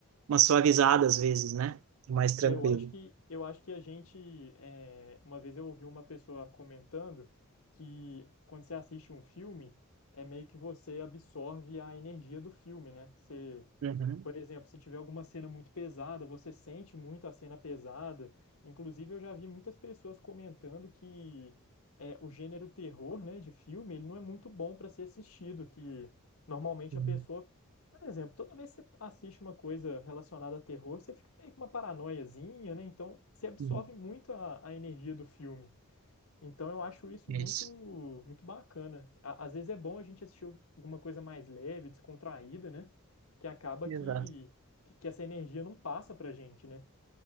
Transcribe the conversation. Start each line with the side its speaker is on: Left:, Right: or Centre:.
Right: uma suavizada às vezes, né? Mais tranquilo.
Left: É, eu acho que eu acho que a gente é, uma vez eu ouvi uma pessoa comentando que quando você assiste um filme é meio que você absorve a energia do filme, né? Você,
Right: Uhum,
Left: por exemplo, se tiver alguma cena muito pesada, você sente muito a cena pesada. Inclusive eu já vi muitas pessoas comentando que é, o gênero terror, né, de filme, ele não é muito bom para ser assistido, que normalmente
Right: uhum,
Left: a pessoa por exemplo, toda vez que você assiste uma coisa relacionada a terror, você fica meio com uma paranoiazinha, né? Então, você absorve
Right: uhum.
Left: muito a, a energia do filme. Então, eu acho isso
Right: Isso,
Left: muito, muito bacana. A- Às vezes é bom a gente assistir alguma coisa mais leve, descontraída, né? Que acaba
Right: exato.
Left: que, que, que essa energia não passa pra gente, né?